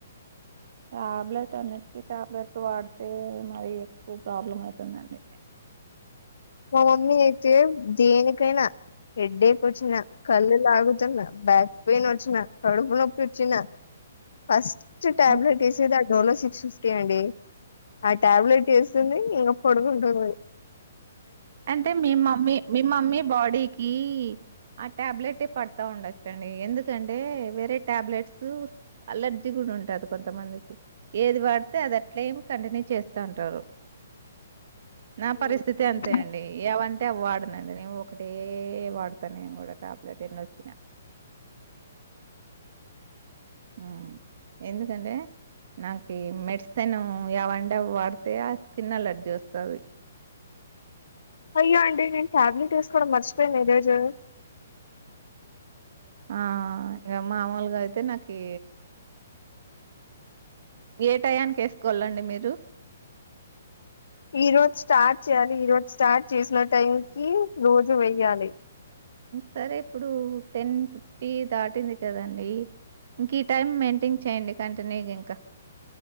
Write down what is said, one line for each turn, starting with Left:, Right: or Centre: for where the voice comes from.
Right: టాబ్లెట్ అ నెక్ టాబ్లెట్ వాడితే మరి ఎక్కువ ప్రాబ్లం అయ్ తుందండి
Left: మా మమ్మీ అయితే దేనికైనా హెడ్ ఏక్ వచ్చిన కళ్ళు లాగు తున బ్యాక్ పెయిన్ వచ్చిన కడుపు నొప్పి వచ్చిన ఫస్ట్ ట్ టాబ్లెట్
Right: హ్మ్.
Left: ఏసే దా దోలో సిక్స్ ఫిఫ్టీ అండి ఆ టాబ్లెట్ వేసుకుని ఇంకా పొడుకుంటుంది
Right: అంటే మీ మమ్మీ మీ మమ్మీ బాడీకి ఆ టాబ్లెట్ే పడతా ఉండచ్చండి ఎందుకంటే వేరే టాబ్లెట్స్ అలర్జీ కూడా ఉంటది కొంతమందికి ఏది వాడితే అది అట్లా ఏమి కంటిన్యూ చేస్తూ ఉంటారు
Left: అ
Right: నా పరిస్థితి అంతే అండి. ఏవంటే వాడనండి నేను ఒకటే వాడతాను నేను కూడా టాబ్లెట్ ఎన్నోచిన మ్మ్ ఎందుకంటే నాకి మెడిసిన్ ఎవంటే వాడితే ఆ స్కిన్ అలర్జీ వస్తది
Left: అయ్యో అండి నేను టాబ్లెట్ వేసుకోవడం మర్చిపోయాను ఈరోజు
Right: ఆ ఇంకా మామూలుగా అయితే నాకి ఏ టయానికిేసుకోవాలండి మీరు
Left: ఈ రోజు స్టార్ట్ చేయాలి ఈ రోజు స్టార్ట్ చేసిన టైం కి రోజు వెయ్యాలి
Right: సరే ఇప్పుడు టెన్ ఫిఫ్టీ దాటింది కదండి ఇంకా ఈ టైమ్ మెయింటైన్ చేయండి కంటిన్యూ ఇంకా